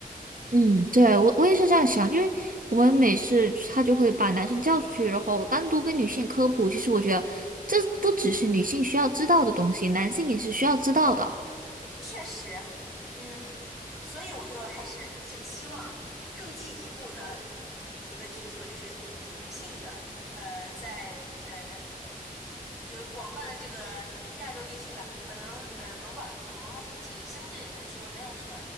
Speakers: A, on the right; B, in the centre.
A: 嗯，对，我我也是这样想，因为我们每次他就会把男生叫出去，然后单独跟女性科普。其实我觉得这不只是女性需要知道的东西，男性也是需要知道的。
B: 确实，嗯，所以我就还是挺期望更进一步的一个举措，就是同性的，呃，在呃，就是广泛的这个亚洲地区吧，可能呃文化呃文化风气相对来说没有那么